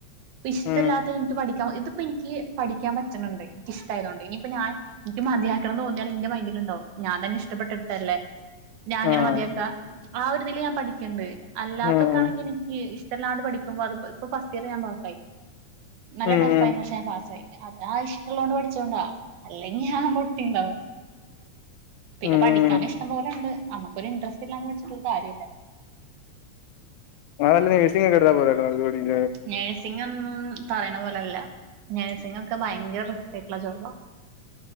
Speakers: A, on the right (about 85°); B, on the left (about 85°).
A: ഇപ്പഷ്ടല്ലാത്തെ
B: ഉം
A: ഇൻട്ട് പഠിക്കാ ഇതിപ്പൊ ഇൻക്കി പഠിക്കാൻ പറ്റ്ണ് ണ്ട് ഇഷ്ട്ടായതോണ്ട് ഇനിയിപ്പ ഞാൻ ഇക്കി മതിയാക്കണം തോന്നിയാലും ഇന്റെ മൈൻഡില്ണ്ടാവും ഞാൻ തന്നെ ഇഷ്ടപ്പെട്ടെടുത്തല്ലേ ഞാ എങ്ങനെ
B: ആഹ്
A: മതിയാക്കാ ആ ഒരു ഇതില് ഞാൻ പഠിക്ക്ണ്ട് അല്ലാത്തൊ
B: ഉം
A: ക്കാണെങ്കി ഇനിക്ക് ഇഷ്ടെല്ലാണ്ട് പഠിക്കുമ്പോ അത്പ്പോ ഇപ്പൊ ഫസ്റ്റിയറ് ഞാൻ പാസ്സായി നല്ല
B: ഉം
A: ടഫ്ഫായിന്നു പക്ഷെ ഞാൻ പാസ്സായി അത് ആ ഇഷ്ടള്ളോണ്ട് പഠിച്ചോണ്ടാ അല്ലെങ്കി ഞാൻ പൊട്ടിണ്ടാവും പിന്നെ
B: ഉം
A: പഠിക്കാനും ഇഷ്ടം പോലെണ്ട് നമ്മക്കൊരു ഇൻട്രസ്റ്റില്ലാണ്ട് പഠിച്ചിട്ടൊരു കാര്യൂല്ല
B: ഇന്നാ വല്ല നഴ്സിങ്ങൊക്കെ എടുത്താ പോരായിരുന്നോ നിനക്ക് പഠിക്കാനായിട്ട്?
A: നഴ്സിങ്ങൊന്നും പറയ്ണ പോലല്ല നേഴ്സിങ്ങൊക്കെ ഭയങ്കര റിസ്കായിട്ടുള്ള ജോബാ